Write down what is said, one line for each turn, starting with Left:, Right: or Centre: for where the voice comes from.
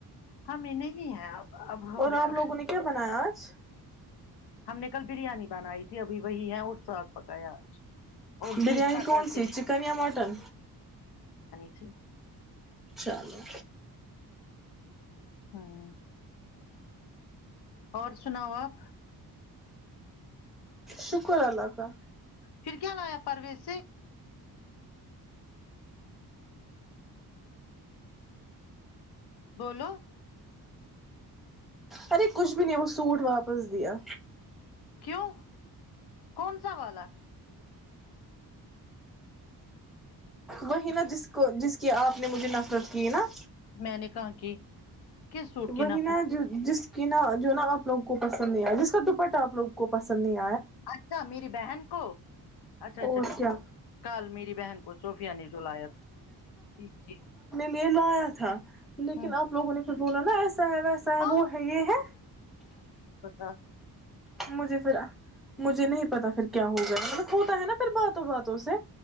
Left: ہاں میںنے ہی ہے اب ہو
Centre: اور
Left: گیا
Centre: آپ لوگوں نے کیا بنایا آج
Left: ہم نے کل بریانی بنائی تھی ابھی وہی ہے اور ساگ پکایا آج اور
Centre: بریانی
Left: میٹ پکا
Centre: کون
Left: کے
Centre: سی
Left: ہے
Centre: چکن یا مٹن
Left: جی <unintelligible>
Centre: چلو
Left: ہاں <unintelligible> اور سناؤ آپ
Centre: شکر اللہ کا <unintelligible>
Left: پھر کیا لایا پرویز سے بولو <unintelligible>
Centre: ارے کچھ بھی نہیں وہ سوٹ واپس دیا
Left: کیوں کون سا والا <unintelligible>
Centre: وہی نا جس کو جس کی آپ نے مجھے نفرت کی نا
Left: میں نے کہا کہ کس سوٹ کی
Centre: وہی
Left: نفرت
Centre: نا
Left: تھی
Centre: جو جس کہ نا جو نا آپ لوگ کو پسند نہیں آیا جس کا دپٹ آپ لوگ کو پسند نہیں آیا
Left: اچھا میری بہن کو اچھا اچھا
Centre: اور
Left: ٹھیک
Centre: کیا
Left: کل میری بہن کو صوفیہ نے جو لایا تھا ٹھیک ٹھیک
Centre: پ لایا تھا لیکن
Left: ہاں
Centre: آپ لوگوں نے بولو ن احب و صاحب
Left: ہاں
Centre: وہ ہے یہ ہے
Left: ہاں
Centre: مجھے پھر مجھے نہیں پتا پھر کیا ہوگا مطلب ہوتا ہے نا پھر باتوں باتوں سے